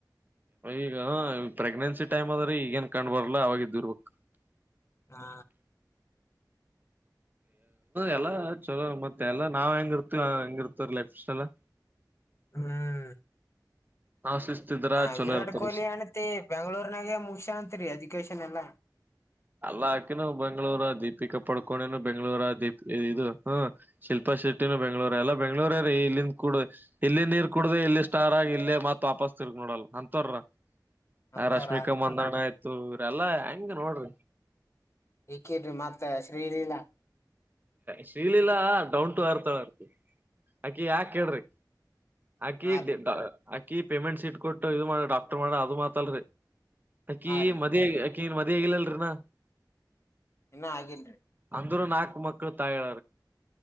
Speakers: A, on the right; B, on the left.
A: ಈಗ ಪ್ರೆಗ್ನೆನ್ಸಿ ಟೈಮ್ ಅದ್ರೆ ಈಗೇನ್ ಕಂಡ್ ಬರ್ಲ ಅವಾಗ ಇದರಬೇಕ.
B: ಹಾ
A: ಎಲ್ಲ ಚಲೋ ಮತ್ತೆ ಎಲ್ಲ ನಾವ್ ಹೆಂಗಿರ್ತೀವಿ ಹಂಗಿರ್ತವ ಲೈಫ್ ಸ್ಟೆಲ್ಲ.
B: ಹ್ಮ್
A: ನಾವ್ ಶಿಸ್ತಿದ್ರ
B: ಹ
A: ಚಲೋ
B: ವಿರಾಟ್
A: ಇರ್ತಾರ
B: ಕೊಹ್ಲಿ ಹೆಂಡತಿ ಬೆಂಗ್ಳೂರ್ ನಾಗೆ ಮುಗ್ಸ್ಯಾಳತ್ರಿ ಎಜುಕೇಶನ್ ಎಲ್ಲಾ.
A: ಅಲ್ಲ ಅಕಿನೂ ಬೆಂಗ್ಳೂರ ದೀಪಿಕಾ ಪಡ್ಕೋಣನು ಬೆಂಗ್ಳೂರ ದೀಪ ಇದು ಹ್ಮ ಶಿಲ್ಪಾ ಶಿಟ್ಟಿನೂ ಬೆಂಗ್ಳೂರ ಎಲ್ಲ ಬೆಂಗ್ಳೂರ ರೀ ಇಲ್ಲಿಂದ ಕುಡ ಇಲ್ಲಿ ನೀರ್ ಕುಡ್ದ ಇಲ್ಲಿ ಸ್ಟಾರ್ ಆಗಿ ಇಲ್ಲೇ ಮತ್ ವಾಪಸ್ ತಿರ್ಗ ನೋಡಲ್ಲ ಅಂತರಾವರ.
B: ಅಂತವ್ರ
A: ಆ ರಶ್ಮಿಕಾ
B: ಆರ್ ನೋಡ್ರಿ
A: ಮಂದಣ ಆಯ್ತು ಇವ್ರ ಎಲ್ಲಾ ಹೆಂಗ ನೋಡ್ರಿ.
B: ಇಕಿ ಮತ್ತ Sreeleela,
A: Sreeleela down to earth ಅವರ್ತಿ ಅಕಿ ಯಾಕ ಕೇಳ್ರಿ ಆಕಿ
B: ಹಾ
A: <unintelligible>
B: ರೀ
A: ಅಕಿ ಪೇಮೆಂಟ್ಸ್ ಸಿಟ್ ಕೊಟ್ಟು ಇದು ಮಾಡ ಡಾಕ್ಟರ್ ಮಾಡಾಳ ಅದು ಮಾತಲ್ರಿ, ಅಕಿ
B: ಹಾ ರೀ
A: ಮದವಿ ಆಕಿ ಮದವಿ ಆಗಿಲ್ಲ ರಿ ಇನಾ.
B: ಇನ್ನ ಆಗಿಲ್ರಿ
A: ಅಂದರು ನಾಲ್ಕ ಮ ಮಕ್ಕಳ ತಾಯಳ